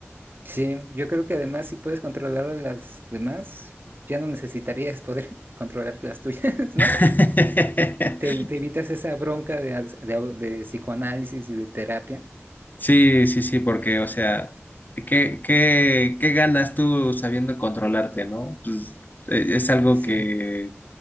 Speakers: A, on the right; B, on the left.
A: Sí, yo creo que además si puedes controlar a las demás, ya no necesitarías poder <laughs> controlar las tuyas, ¿no?
B: <laughs>
A: Te, te evitas esa bronca de, as- de au- de psicoanálisis y de terapia.
B: Sí, sí, sí, porque, o sea, ¿qué, qué, qué ganas tú sabiendo controlarte, ¿no? Pues e- es algo
A: Sí.
B: que,